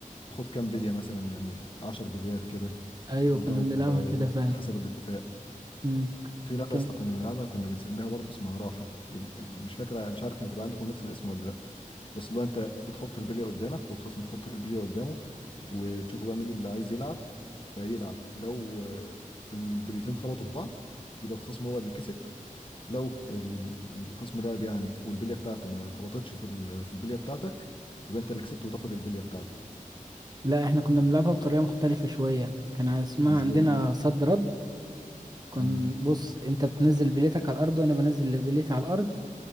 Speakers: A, on the left (about 40°); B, on the right (about 30°).
A: كام بليه مثلا يعني 10 بليات كده
B: ايوه
A: انت
B: كنا
A: و-
B: بنلعبها كده فعلا
A: وحسب الاتفاق
B: امم
A: في لعبة
B: كان
A: يا اسطى كنا بنلعبها كنا بنسميها برضه اسمها راحة ال- مش فاكرة مش عارف هتبقى عندكم نفس الاسم ولا لأ بس اللي هو أنت بتحط البلية قدامك والخصم يحط البلية قدامه وتشوفوا بقى مين اللي عايز يلعب فيلعب لو آه، البليتين خبطوا في بعض يبقى الخصم هو اللي كسب لو ال- الخصم لعب يعني والبلية بتاعته ما خبطتش في ال- في البلية بتاعتك يبقى أنت اللي كسبت وتاخد البلية بتاعته
B: لا احنا كنا
A: كنت
B: بنلعبها
A: بتلعبها
B: بطريقة
A: دي
B: مختلفة شوية كان اسمها
A: ازاي
B: عندنا
A: دي؟
B: صد رد كان
A: امم
B: بص انت بتنزل بليتك على الارض وانا بنزل اللي بليتي على الارض